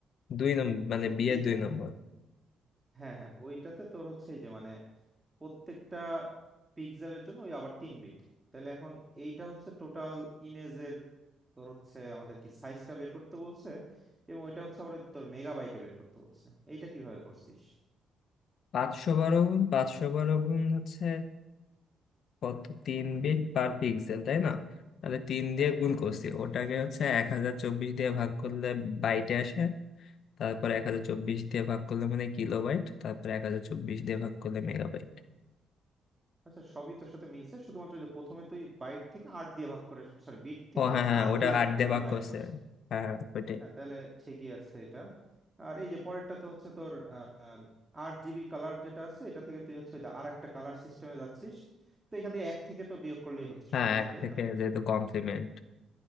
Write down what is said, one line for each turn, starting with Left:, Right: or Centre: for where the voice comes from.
Left: দুই নম্বর
Right: হ্যাঁ
Left: মানে
Right: তো
Left: বিয়ের
Right: এইখান
Left: দুই নম্বর
Right: হ্যাঁ হ্যাঁ ওইটাতে তোর হচ্ছে এই যে মানে প্রত্যেকটা পিক্সেলের জন্য ওই আবার তিন বিট তাহলে এখন এইটা হচ্ছে টোটাল ইমেজের তোর হচ্ছে আমাদের কি সাইজটা বের করতে বলছে এবং ওইটা হচ্ছে আবার ওই তোর মেগাবাইটে বের করতে বলছে এইটা কিভাবে করছিস
Left: পাঁচশো বারো গুণ পাঁচশো বারো গুণ হচ্ছে কত তিন বিট পার পিক্সেল তাই না তাহলে তিন দিয়ে
Right: হ্যাঁ,
Left: গুণ করছি ওটাকে হচ্ছে এক হাজার চব্বিশ দিয়ে ভাগ করলে বাইটে আসে তারপর এক হাজার চব্বিশ দিয়ে ভাগ করলে মানে কিলোবাইট তারপর এক হাজার চব্বিশ দিয়ে ভাগ করলে মেগাবাইট
Right: আচ্ছা সবই তোর সাথে মিলছে শুধুমাত্র ওই যে প্রথমে তুই বাইট থেকে আট দিয়ে ভাগ করে সরি বিট থেকে
Left: ও হ্যাঁ হ্যাঁ
Right: আট
Left: ওটা
Right: দিয়ে ভাগ
Left: আট
Right: করে
Left: দিয়ে
Right: তুই
Left: ভাগ
Right: বাইট
Left: করছে
Right: করছিস
Left: হ্যাঁ হ্যাঁ, ওইটাই
Right: হ্যাঁ তাহলে ঠিকই আছে এটা আর এই যে পরেরটা তো হচ্ছে তোর আট জিবি কালার যেটা আছে এটা থেকে তুই হচ্ছে আর একটা কালার সিস্টেমে যাচ্ছিস তো এখান থেকে এক থেকে তো বিয়োগ করলেই হচ্ছে
Left: হ্যাঁ
Right: সবগুলা
Left: এক
Right: তাই
Left: থেকে
Right: না
Left: যেহেতু কমপ্লিমেন্ট